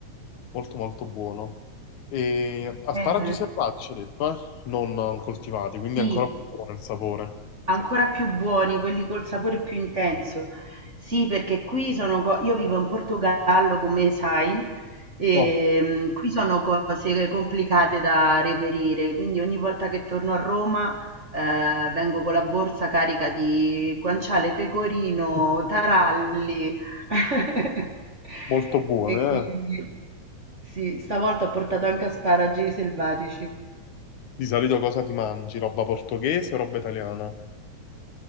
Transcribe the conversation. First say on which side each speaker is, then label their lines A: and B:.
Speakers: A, on the left (about 80°); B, on the right (about 30°).
A: molto molto buono. E asparagi
B: Eh,
A: selvatici, ci ha detto, eh? Non coltivati, quindi
B: Sì,
A: è ancora più buono il sapore.
B: ancora più buoni, quelli col sapore più intenso. Sì, perché qui sono co- io vivo in Portogallo, come sai, e
A: Ottimo.
B: mm, qui sono cose complicate da reperire, quindi ogni volta che torno a Roma eh, vengo con la borsa carica di guanciale, pecorino,
A: <laughs>
B: taralli. <laughs>
A: Molto buone,
B: E quindi
A: eh?
B: sì, stavolta ho portato anche asparagi selvatici.
A: Di solito cosa ti mangi? Roba portoghese o roba italiana?